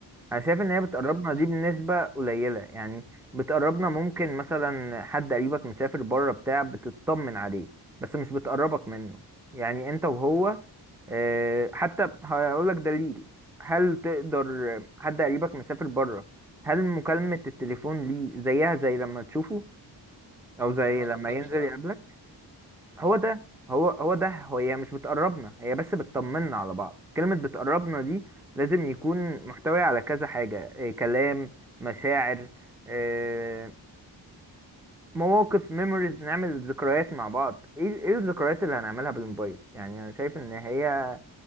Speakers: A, in the centre; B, on the right (about 75°).
A: انا شايف ان هي بتقربنا
B: بجد
A: دي بنسبة قليلة يعني بتقربنا ممكن مثلا حد قريبك مسافر بره بتاع بتطمن عليه بس مش بتقربك منه يعني انت وهو آه، حتى هقولك دليل هل تقدر حد قريبك مسافر بره هل مكالمة التليفون ليه زيها زي لما تشوفه او زي
B: ما أعتقدش
A: لما ينزل
B: لأ
A: يقابلك هو
B: لأ
A: ده هو هو ده هو هي مش بتقربنا هي بس بتطمنا على بعض كلمة بتقربنا دي لازم يكون محتوي على كذا حاجة إيه كلام مشاعر إيه مواقف ميموريز نعمل ذكريات مع بعض ايه ال- ايه الذكريات اللي هنعملها بالموبايل يعني انا شايف ان هي